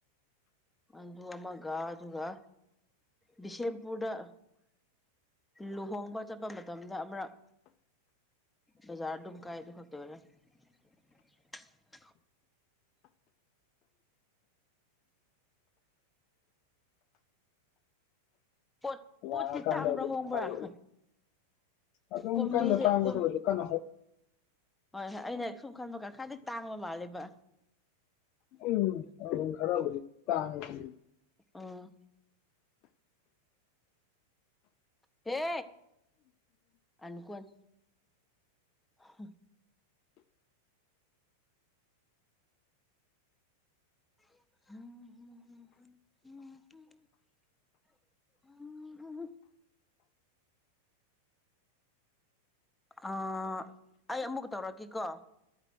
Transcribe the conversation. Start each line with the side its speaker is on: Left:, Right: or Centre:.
Centre: ꯑꯗꯨ ꯑꯃꯒ ꯑꯗꯨꯒ ꯕꯤꯁꯦꯝꯄꯨꯔꯗ ꯂꯨꯍꯣꯡꯕ ꯆꯠꯄ ꯃꯇꯝꯗ ꯑꯃꯔꯛ ꯕꯖꯥꯔ ꯑꯗꯨꯝ ꯀꯥꯏ ꯑꯗꯨ ꯈꯛꯇ <inaudible> ꯄꯣꯠ ꯄꯣꯠꯇꯤ
Left: ꯂꯥꯛꯑꯀꯥꯟꯗ
Centre: ꯇꯥꯡꯕ꯭ꯔꯥ
Left: ꯑꯗꯨꯝ
Centre: ꯍꯣꯡꯕ꯭ꯔꯥ
Left: ꯍꯥꯏꯔꯛꯑꯣ
Centre: <inaudible>
Left: ꯑꯗꯨꯝ
Centre: ꯀꯨꯝꯕꯤꯁꯦ
Left: ꯀꯟꯅ ꯇꯥꯡꯕꯗꯁꯨ
Centre: ꯀꯨꯝ
Left: ꯀꯟꯅ ꯍ
Centre: ꯍꯣꯏ ꯍꯣꯏ ꯑꯩꯅ ꯁꯨꯝ ꯈꯟꯕ ꯈꯔ ꯈꯔꯗꯤ ꯇꯥꯡꯕ ꯃꯥꯜꯂꯦꯕ
Left: ꯎꯝ ꯈꯔꯕꯨꯗꯤ <inaudible>
Centre: ꯑꯥ ꯍꯦ ꯑꯅꯨ ꯀꯣꯟ ꯍ <unintelligible> ꯝ ꯎ ꯍꯨꯝ ꯑ ꯑꯩ ꯑꯃꯨꯛ ꯇꯧꯔꯛꯀꯦꯀꯣ